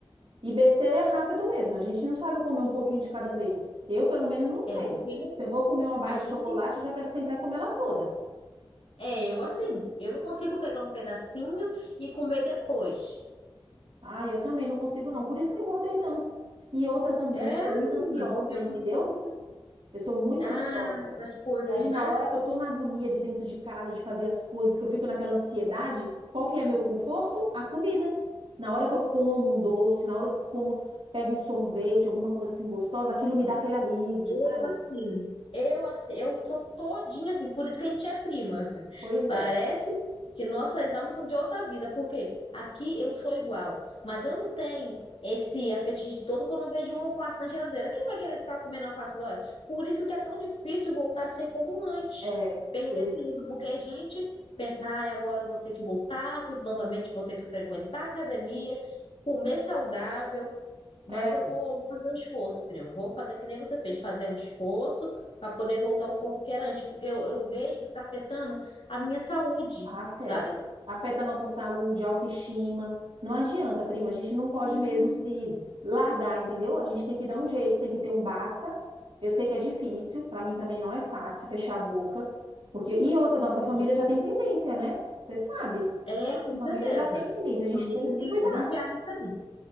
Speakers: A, on the right; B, on the left.
A: E besteira é rápido mesmo. A gente não sabe comer um pouquinho de cada vez. Eu, pelo menos, não sei.
B: É, porque
A: Se eu vou comer uma barra
B: a gente.
A: de chocolate, eu já quero sentar e comer ela toda.
B: É, eu assim, eu não consigo pegar um pedacinho e comer depois.
A: Ah, eu também não consigo, não. Por isso que eu engordei tanto. E outra também,
B: É,
A: eu sou
B: menina,
A: muito ansiosa,
B: foi o que aconteceu
A: entendeu?
B: comigo.
A: Eu sou muito
B: Ah,
A: ansiosa.
B: com as coisas,
A: E aí, na
B: né?
A: hora que eu tô na agonia de dentro de casa, de fazer as coisas, que eu fico naquela ansiedade, qual que é meu conforto? A comida. Na hora que eu como um doce, na hora que eu como, pego um sorvete, alguma coisa assim gostosa, aquilo me dá aquele alívio,
B: Eu
A: sabe?
B: assim, eu assim, eu tô todinha assim, por isso que a gente é prima. <laughs>
A: Pois
B: Parece
A: é.
B: que nossas almas são de outra vida, porque aqui eu sou igual, mas eu não tenho esse apetite todo quando eu vejo um alface na geladeira. Quem vai querer ficar comendo alface toda hora? Por isso que é tão difícil voltar a ser como antes,
A: É,
B: perder
A: por isso.
B: peso, porque a gente pensa, ai, agora eu vou ter que voltar, tudo novamente, vou ter que frequentar a academia, comer saudável. Mas
A: É,
B: eu vou, vou fazer um esforço, primo. Vou fazer que nem você fez, fazer um esforço para poder voltar ao corpo que era antes, porque eu, eu vejo que está afetando a minha saúde,
A: Afeta.
B: sabe?
A: Afeta a nossa saúde, autoestima. Não adianta, prima. A gente não pode
B: Isso,
A: mesmo se largar, entendeu? A gente tem que dar um jeito, tem que ter um basta. Eu sei que é difícil, para mim também não é fácil fechar a boca, porque e outra, nossa família
B: isso.
A: já tem tendência, né? Você sabe,
B: É,
A: a nossa
B: com
A: família
B: certeza.
A: já tem tendência, a gente
B: Então, isso
A: tem
B: tem
A: que se
B: que
A: cuidar.
B: vigiar isso aí.